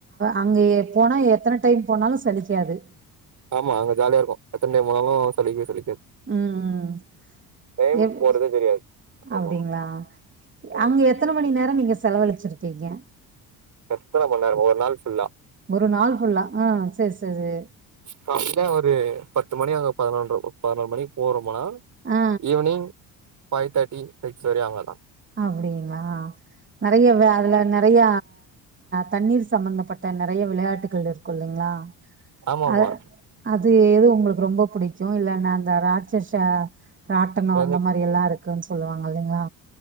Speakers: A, on the right; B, on the right.
A: அங்க போனா எத்தன டைம் போனாலு சலிக்காது
B: ஆமா அங்க ஜாலியா இருக்கு எத்தன டைம் போனாலு சலிக்கவே சலிக்காது
A: ம் ம்
B: டைம்
A: எப்
B: போறதே தெரியாது அங்க
A: அப்டிங்ளா
B: போனா ம்
A: அங்க எத்தன மணி நேரம் நீங்க செலவழிச்சிருக்கீங்க
B: எத்தன மண் நேரமா ஒரு நாள் ஃபுல்லா
A: ஒரு நாள் ஃபுல்லா ஆ சேர் செரி
B: ஃபஸ்ட்ல ஒரு பத்து மணி அங்க பதினொன்று பதினொரு மணி ஒரு மநோரோ
A: ஆ
B: ஈவினிங் ஃபைவ் தேர்ட்டி சிக்ஸ் வரை அவ்ளதா
A: அப்டிங்ளா நறைய அதுல நறைய தண்ணீர் சம்பந்தப்பட்ட நறைய விளையாட்டுகள் இருக்கும் இல்லைங்ளா
B: ஆமா ஆமா
A: அது அது எது உங்களுக்கு ரொம்ப புடிக்கு இல்லன்ன அந்த ராட்சஷ ராட்டனோ
B: எனக்கு
A: அந்த மாரிலா இருக்குன்னு சொல்லுவாங்க இல்லைங்ளா